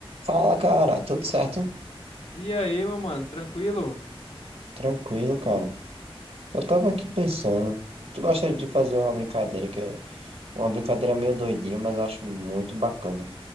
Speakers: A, on the right; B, on the left.
A: Fala, cara, tudo certo?
B: E aí, meu mano, tranquilo?
A: Tranquilo, cara. Eu tava aqui pensando, tu gosta de fazer uma brincadeira que é uma brincadeira meio doidinha, mas eu acho muito bacana.